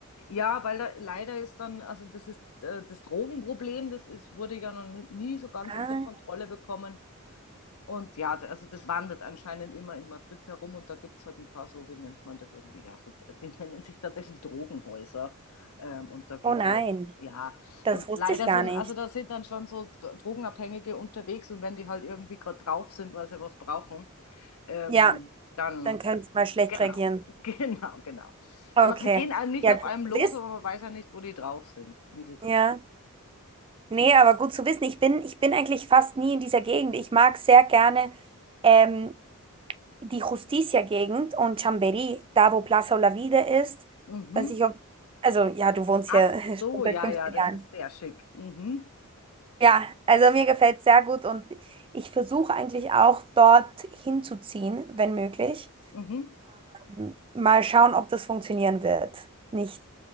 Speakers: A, on the left (about 75°); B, on the right (about 25°).
A: ja, weil da leider ist dann, also das ist äh, das Drogenproblem, das ist, wurde ja noch nie so ganz
B: Ah,
A: unter Kontrolle bekommen. Und ja, d- also das wandert anscheinend immer in Madrid herum und da gibt es halt ein paar so, wie nennt man das irgendwie? Ja, so, die <laughs> nennen sich tatsächlich Drogenhäuser. Ähm, und da geht
B: oh nein,
A: halt, ja,
B: das
A: und
B: wusste
A: leider
B: ich gar
A: sind,
B: nicht.
A: also da sind dann schon so Dr- Drogenabhängige unterwegs und wenn die halt irgendwie gerade drauf sind, weil sie was brauchen, ähm,
B: Ja,
A: dann,
B: dann könnte ich mal schlecht
A: genau,
B: reagieren.
A: <laughs> genau, genau.
B: Okay,
A: Ich meine, sie gehen einem nicht
B: ja,
A: auf
B: gut
A: einem
B: zu
A: los,
B: wissen.
A: aber man weiß ja nicht, wo die drauf sind, wie die
B: Ja, nee, aber gut zu wissen. Ich bin, ich bin eigentlich fast nie in dieser Gegend. Ich mag sehr gerne ähm, die Justicia-Gegend und Chambéry, da wo Plaza Olavide ist.
A: Mhm.
B: Weiß ich, ob, also ja, du wohnst
A: Ach
B: hier <laughs> schon
A: so,
B: seit
A: ja,
B: 15
A: ja, das
B: Jahren.
A: ist sehr schick. Mhm.
B: Ja, also mir gefällt es sehr gut und ich versuche eigentlich auch dort hinzuziehen, wenn möglich.
A: Mhm.
B: Ähm, Mal schauen, ob das funktionieren wird. Nicht,